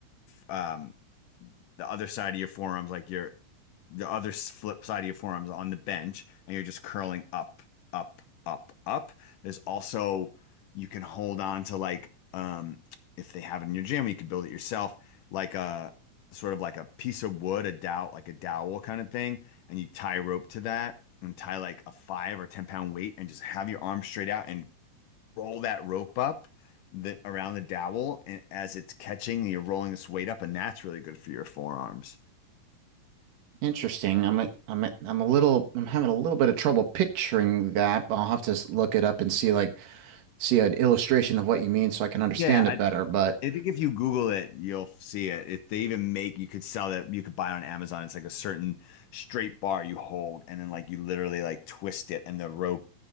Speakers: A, on the left; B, on the right.
A: um the other side of your forearms, like your the other flip side of your forearms on the bench, and you're just curling up, up, up, up. There's also you can hold on to like um if they have it in your gym, you could build it yourself, like a sort of like a piece of wood, a dowel, like a dowel kind of thing, and you tie rope to that and tie like a five or ten pound weight and just have your arm straight out and roll that rope up the around the dowel and as it's catching, you're rolling this weight up, and that's really good for your forearms.
B: Interesting. I'm like, I'm a- I'm a little I'm having a little bit of trouble picturing that. I'll have to s- look it up and see like see an illustration of what you mean so I can understand
A: Yeah,
B: it
A: I
B: better. But
A: I think if you Google it, you'll see it. If they even make, you could sell that, you could buy it on Amazon. It's like a certain straight bar you hold, and then like you literally like twist it, and the rope